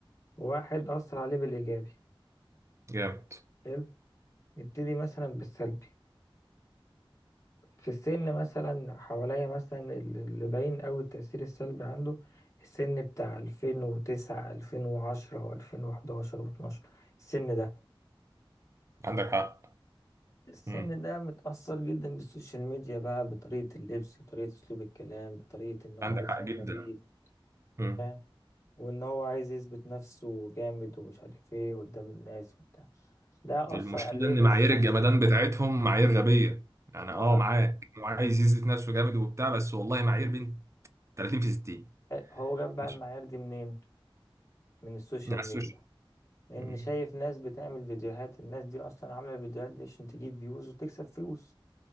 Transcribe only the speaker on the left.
واحد أثر عليه بالإيجابي
حلو نبتدي مثلا بالسلبي في السن مثلا حواليا مثلا ال- اللي باين أوي التأثير السلبي عنده السن بتاع 2009 2010 و2011 و12 السن ده
السن
ده متأثر جدا بالسوشيال ميديا بقى بطريقة اللبس بطريقة أسلوب الكلام بطريقة إن هو
عايز
يعمل
ريل
فاهم وإن هو عايز يثبت نفسه جامد ومش عارف إيه قدام الناس وبتاع ده
أثر عليه
بالسلب
مع
هو جاب بقى
المعايير دي منين؟ من السوشيال
ميديا لأن
شايف ناس بتعمل فيديوهات الناس دي أصلا عاملة الفيديوهات دي عشان تجيب فيوز وتكسب فلوس